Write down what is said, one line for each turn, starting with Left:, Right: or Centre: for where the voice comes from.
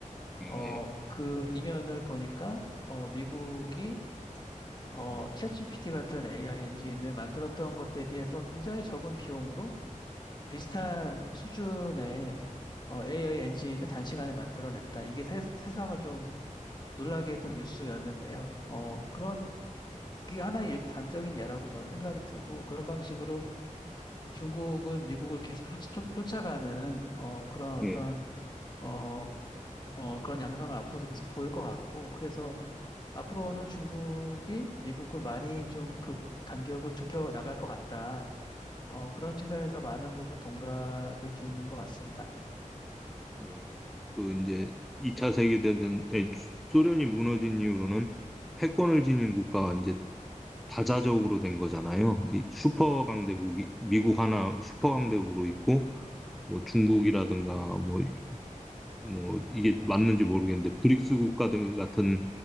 Centre: 아,
Left: 어,
Centre: 예,
Left: 그 이면을 보니까 어, 미국이 어,
Centre: 예, 예,
Left: 챗GPT 같은 AI 엔진을 만들었던 것 대비해서 굉장히 적은 비용으로 비슷한 수준의 어, AI 엔진을 단시간에 만들어냈다. 이게 세, 상을좀 놀라게 했던
Centre: 예,
Left: 뉴스였는데요. 어, 그런 게 하나의 일- 단적인 예라고 저는 생각이 들고 그런 방식으로 중국은 미국을 계속 쫓, 아가는 그런 어떤
Centre: 예,
Left: 어, 어, 그런 양상을 앞으로도 계속 보일 것 같고 그래서 앞으로는 중국이 미국을 많이 좀 그 간격을 좁혀 나갈 것 같다. 어, 그런 측면에서 많은 부분 동감이 드는 것 같습니다.
Centre: 예, 예. 그 이제 2차 세계대전에 소련이 무너진 이후로는 패권을 지닌 국가가 이제 다자적으로 된 거잖아요. 이 슈퍼 강대국이 미국 하나 슈퍼 강대국으로 있고 뭐 중국이라든가 뭐 뭐 이게 맞는지 모르겠는데 브릭스 국가들 같은